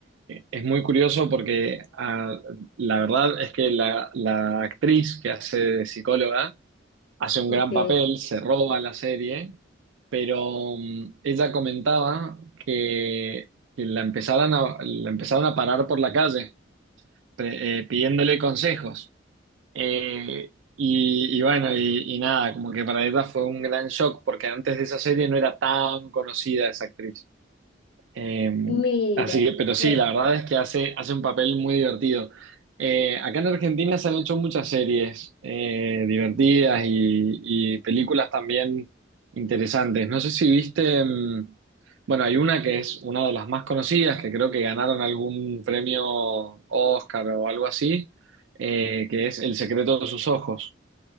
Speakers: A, on the right; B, on the left.
A: es muy curioso porque ah, la verdad es que la, la actriz que hace de psicóloga hace un
B: ok.
A: gran papel, se roba la serie, pero mm, ella comentaba que, que la empezaran a, la empezaron a parar por la calle pre- eh, pidiéndole consejos. Eh, y, y bueno, y, y nada, como que para ella fue un gran shock porque antes de esa serie no era tan conocida esa actriz. Eh,
B: Mira,
A: así que, pero
B: que
A: sí, la verdad es que hace, hace un papel muy divertido. Eh, acá en Argentina se han hecho muchas series eh, divertidas y, y películas también interesantes. No sé si viste, mm, bueno, hay una que es una de las más conocidas, que creo que ganaron algún premio Oscar o algo así, eh, que es El secreto de sus ojos.